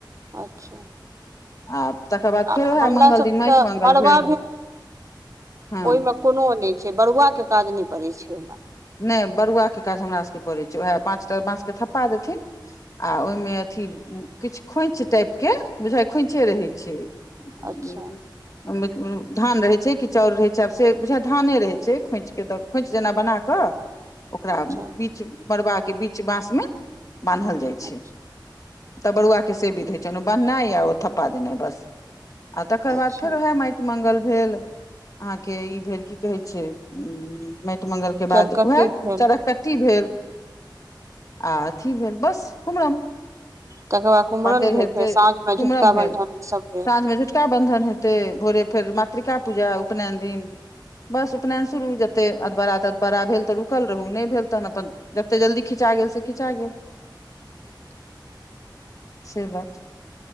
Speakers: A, on the right (about 40°); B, on the left (about 45°).
A: अच्छा
B: आ तकर बाद
A: आ
B: फेर उएह
A: हमरा
B: मंगल
A: सभके
B: दिन माटि मंगल
A: मड़बा
B: भेल हँ
A: ओहिमे कोनो नय छै बरुआ के काज नय पड़े छै ओहिमे
B: नय बरुआ के काज हमरा सभके पड़ै छै उएह पाँच टा बाँस के थप्पा देथिन आ ओहिमे अथी किछु खोँछ टाइप के बुझाइ खोँछे रहै छै <unintelligible>
A: अच्छा
B: धान रहे छै कि चाउर रहे छै आब से बुझ धाने रहे छै खोंच के द खोंच जेना बना क ओकरा
A: अच्छा
B: बीच मरबा के बीच बास मे बान्हल जाइ छै
A: अच्छा
B: त बरुआ के से बिध होइ छैन ओ बननाई औ ठप्पा दिनई बस आ तकर बाद
A: अच्छा
B: फेर ओएह मैट मंगल भेल अहाँके ई भेल की कहै छै उ माटि मंगल के
A: चरकट्टी
B: बाद वएह
A: भेल
B: चरककट्टी भेल आ अथी भेल बस कुमरम
A: तकर बाद कुमरन
B: पातैर
A: भेल
B: हेते
A: फेर साँझमे
B: कुम्रम
A: झुटका बन्धन
B: भेल
A: ईसभ भेल
B: साँझ मे बन्धन हेतै भोरे फेर मातृका पूजा उपनयन दिन बस उपनयन शुरू जते अदबारदत बड़ा भेल तऽ रुकल रहू नय भेल तहन अपन जतेक जल्दी खिचा गेल से खिचा गेल
A: <inaudible>
B: से बात